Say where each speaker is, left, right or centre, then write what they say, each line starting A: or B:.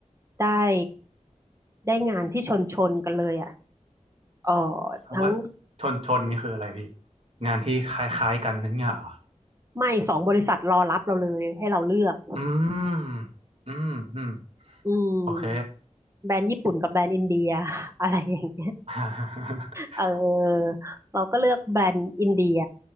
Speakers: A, on the right; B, on the right.
A: ได้ได้งานที่ชนชนกันเลยอ่ะเออ
B: คำว่า
A: ทั้ง
B: ชนชนนี่คืออะไรพี่งานที่คล้ายๆกันนั่นเหรอ
A: ไม่สองบริษัทรอรับเราเลยให้เราเลือก
B: อืมอืมอืม
A: อืม
B: โอเค
A: แบรนด์ญี่ปุ่นกับแบรนด์อินเดีย <laughs> อะไรอย่างเงี้ย
B: <laughs>
A: เออเราก็เลือกแบรนด์อินเดีย